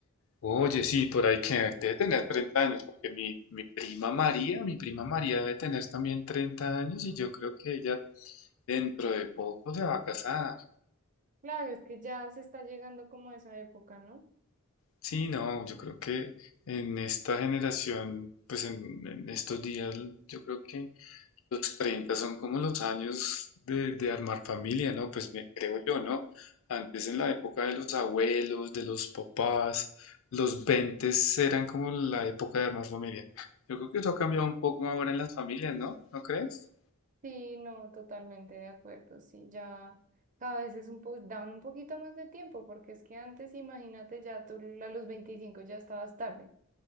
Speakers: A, on the left (about 65°); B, on the right (about 40°).
A: Oye, sí, por ahí que debe tener 30 años, porque mi, mi prima María, mi prima María debe tener también 30 años y yo creo que ella dentro de poco se va a casar.
B: Claro, es que ya se está llegando como a esa época, ¿no?
A: Sí, no, yo creo que en esta generación, pues en, en estos días, yo creo que los 30 son como los años de, de armar familia, ¿no? Pues me creo yo, ¿no? Antes en la época de los abuelos, de los papás, los 20 eran como la época de armar familia. Yo creo que eso ha cambiado un poco ahora en las familias, ¿no? ¿No crees?
B: Sí, no, totalmente de acuerdo. Sí, ya cada vez es un po daban un poquito más de tiempo, porque es que antes, imagínate, ya tú a los 25 ya estabas tarde.